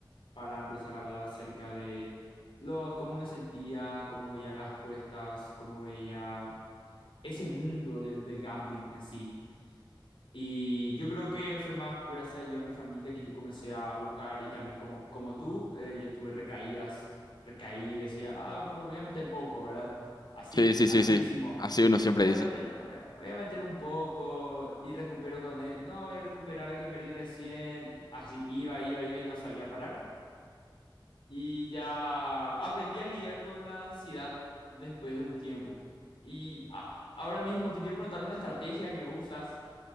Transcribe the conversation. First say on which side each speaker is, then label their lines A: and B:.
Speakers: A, on the left (about 85°); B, on the left (about 50°).
A: para empezar a hablar acerca de los, cómo me sentía, cómo veía las apuestas, cómo veía ese mundo del, del gambling en sí y yo creo que fue más gracias a ayuda a mi familia que yo comencé a buscar y también como, como tú, eh, yo tuve recaídas, recaí, decía, ah, pero voy a meter poco, ¿verdad? Así,
B: Sí, sí,
A: así
B: sí, sí.
A: decimos,
B: Así uno siempre
A: voy
B: dice.
A: a meter, voy a, voy a meter un poco y recupero con él, no, voy a recuperar el que perdí recién, y así iba, iba, iba y no sabía parar. Y ya aprendí a lidiar con la ansiedad después de un tiempo. Y a- ahora mismo te quiero preguntar una estrategia que vos usas